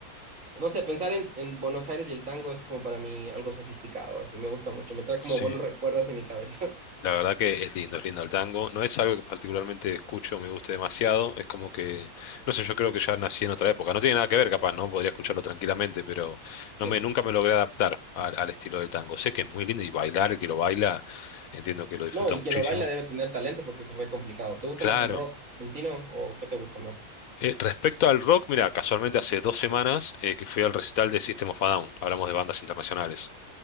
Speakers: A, on the right (about 55°); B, on the left (about 70°).
A: no sé, pensar en, en Buenos Aires y el tango es como para mí algo sofisticado, así me gusta mucho, me trae
B: sí.
A: como buenos recuerdos en mi cabeza,
B: La verdad que es lindo, es lindo el tango. No es algo que particularmente escucho, me guste demasiado. Es como que, no sé, yo creo que ya nací en otra época. No tiene nada que ver, capaz, ¿no? Podría escucharlo tranquilamente, pero
A: <laughs> sí.
B: no me, nunca me logré adaptar al, al estilo del tango. Sé que es muy lindo y bailar, el que lo baila, entiendo que lo disfruta
A: No, y
B: muchísimo.
A: quien lo baila debe tener talento porque es re complicado. ¿Te gusta
B: Claro.
A: más el rock argentino o qué te gusta más?
B: Eh, respecto al rock, mira, casualmente hace dos semanas eh, que fui al recital de System of a Down. Hablamos de bandas internacionales.